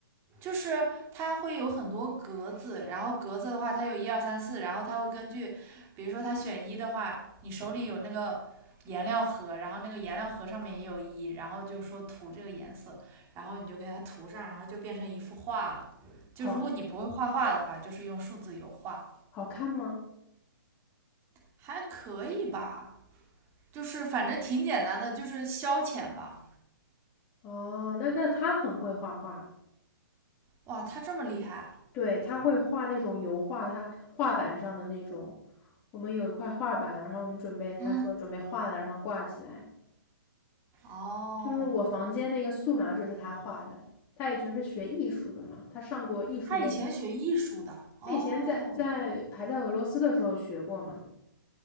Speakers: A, on the right; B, on the left.
A: 就是它会有很多格子，然后格子的话，它有一二三四，然后它会根据，比如说它选一的话，你手里有那个颜料盒，然后那个颜料盒上面也有一，然后就说涂这个颜色，然后你就给它涂上，然后就变成一幅画了。就如果你不会画画的话，
B: 好
A: 就是用数字油画，
B: 好看吗？
A: 还可以吧，就是反正挺简单的，就是消遣吧。
B: 哦，那那他很会画画，
A: 哇，他这么厉害，
B: 对，他会画那种油画，他画板上的那种。我们有一块画板，然后我们准备，他说准备画了，
A: 嗯，
B: 然后挂起来。
A: 哦，
B: 就是我房间那个素描就是他画的，他以前是学艺术的嘛，他上过艺术类的，
A: 他以前学艺术的，哦。
B: 他以前在在还在俄罗斯的时候学过嘛，